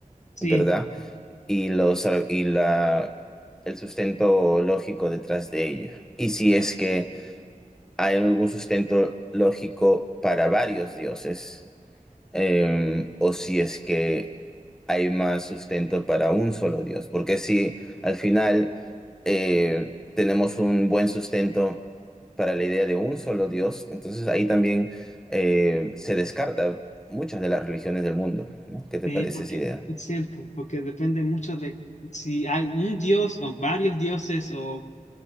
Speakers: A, on the left; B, in the centre.
A: Sí.
B: ¿verdad? y, los, ar- y la, el sustento lógico detrás de ello. Y si es que hay algún sustento lógico para varios dioses, eh, o si es que hay más sustento para un solo dios. Porque si al final eh, tenemos un buen sustento para la idea de un solo dios, entonces ahí también eh, se descarta muchas de las religiones del mundo, ¿no? ¿Qué te
A: Sí,
B: parece
A: porque
B: esa idea?
A: es cierto, porque depende mucho de si hay un dios o varios dioses o